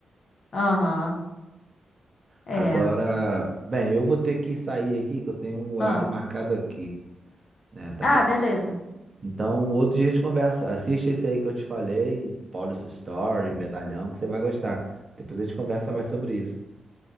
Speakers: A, on the left (about 55°); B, on the right (about 30°).
A: Aham. É.
B: Agora, bem, eu vou ter que sair aqui, que eu tenho um horário
A: Ah.
B: marcado aqui, né? Tá
A: Ah,
B: aqui.
A: beleza.
B: Então, outro dia a gente conversa. Assiste esse aí que eu te falei, Policy Story, Medalhão, que você vai gostar. Depois a gente conversa mais sobre isso.